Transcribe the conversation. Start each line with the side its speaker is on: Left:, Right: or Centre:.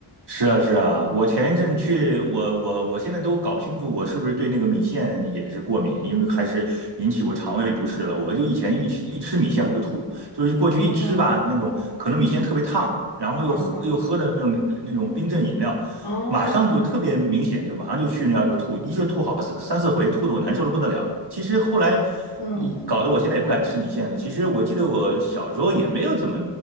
Right: 是啊，是啊，我前一阵去，我我我现在都搞不清楚，我是不是对那个米线也是过敏，因为还是引起我肠胃不适了。我就以前一吃一吃米线我就吐，
Left: 嗯，
Right: 就是过去一吃吧，
Left: 哦，
Right: 那种可能米线特别烫，然后又喝又喝的那种那种冰镇饮料，
Left: 嗯嗯哦，
Right: 马上就特别明显，就马上就去那样就吐，一下吐好三三四回，吐的我难受的不得了。其实后来。
Left: 嗯。
Right: 嗯搞得我现在也不敢吃米线了。其实我记得我小时候也没有怎么，